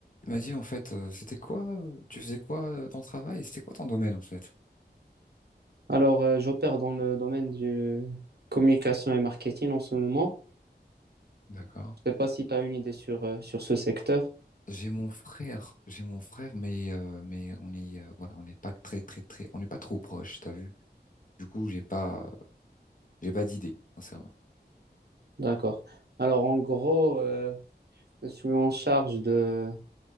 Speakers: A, on the left; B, on the right.
A: Il m'a dit, en fait, euh, c'était quoi, euh, tu faisais quoi euh, dans le travail? et C'était quoi ton domaine, en fait?
B: Alors, euh, j'opère dans le domaine du communication et marketing en ce moment.
A: D'accord.
B: Je ne sais pas si tu as une idée sur, euh, sur ce secteur.
A: J'ai mon frère, j'ai mon frère, mais, euh, mais on est, euh, voilà, on n'est pas très, très, très, on n'est pas trop proche, t'as vu? Du coup, j'ai pas, j'ai pas d'idée, sincèrement.
B: D'accord. Alors, en gros, euh, je suis en charge de,